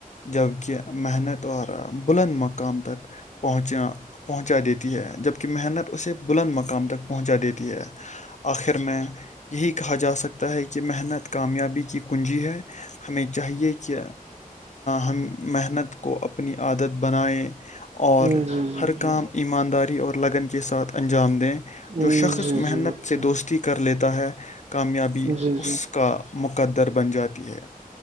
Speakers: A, on the left; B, on the right.
A: جبک کہ محنت اور بلند مقام تک پہنچنا پہنچا دیتی ہے جبکہ محنت اسے بلند مقام تک پہنچا دیتی ہے آخر میں یہی کہا جا سکتا ہے کہ محنت کامیابی کی کنجی ہے ہمیں چاہیے کہ ہم محنت کو اپنی عادت بنائیں اور
B: جی جی
A: ہر کاہ
B: جی
A: ایمانداری اور لگن کے ساتھ انجام دیں
B: جی
A: جو شخص محنت
B: جی بالکل
A: سے دوستی کے کر لیتا ہے کامیابی
B: جی جی
A: اس کا مقدر بن جاتی ہے